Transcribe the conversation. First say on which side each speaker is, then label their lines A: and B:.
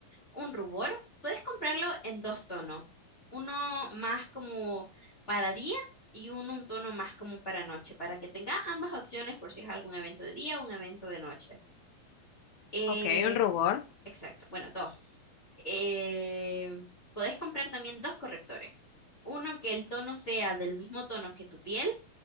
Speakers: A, on the left (about 65°); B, on the left (about 90°).
A: Un rubor, puedes comprarlo en dos tonos, uno más como para día y uno un tono más como para noche, para que tenga ambas opciones por si es algún evento de día o un evento de noche. Eh,
B: Ok, un rubor.
A: exacto, bueno, dos. Eh, puedes comprar también dos correctores, uno que el tono sea del mismo tono que tu piel